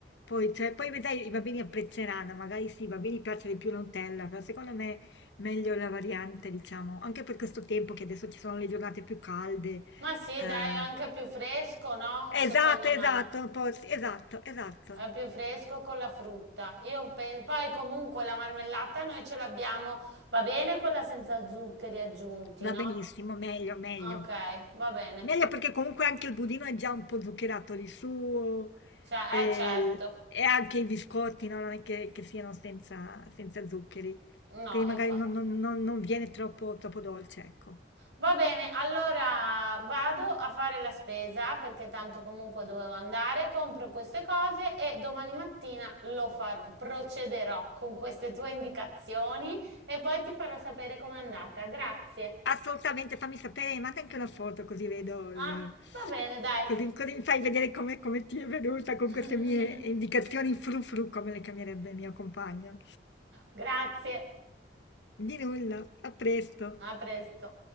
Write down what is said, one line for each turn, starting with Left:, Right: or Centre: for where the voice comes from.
Left: poi, cioè, poi vedrai i bambini apprezzeranno, magari sì, i bambini piace di più la Nutella, però secondo me meglio la variante, diciamo, anche per questo tempo che adesso ci sono le giornate più calde.
Right: Ma sì,
Left: eh,
Right: dai, è anche più fresco, no? Secondo
Left: Esatto, esatto,
Right: me.
Left: un po' sì, esatto, esatto.
Right: È più fresco con la frutta. Io pe- poi comunque la marmellata noi ce l'abbiamo, va bene quella senza zuccheri aggiunti,
Left: Va
Right: no?
Left: benissimo, meglio, meglio.
Right: Ok, va bene.
Left: Meglio perché comunque anche il budino è già un po' zuccherato di suo
Right: Cioè,
Left: eh,
Right: eh certo.
Left: e anche i biscotti, no? Non è che, che siano senza, senza zuccheri,
Right: No,
Left: quindi
Right: infatti.
Left: magari non, non- non- non viene troppo, troppo dolce, ecco.
Right: Va bene, allora vado a fare la spesa perché tanto comunque dovevo andare, compro queste cose e domani mattina lo farò, procederò con queste tue indicazioni e poi ti farò sapere com'è andata. Grazie.
Left: Assolutamente, fammi sapere, manda anche una foto così vedo
Right: Ah,
Left: il...
Right: va bene, dai.
Left: Così, così mi fai vedere come, come ti è venuta con
Right: <laughs>
Left: queste mie indicazioni frufru, come le chiamerebbe mio compagno.
Right: <laughs> Grazie,
Left: Di nulla, a presto.
Right: a presto.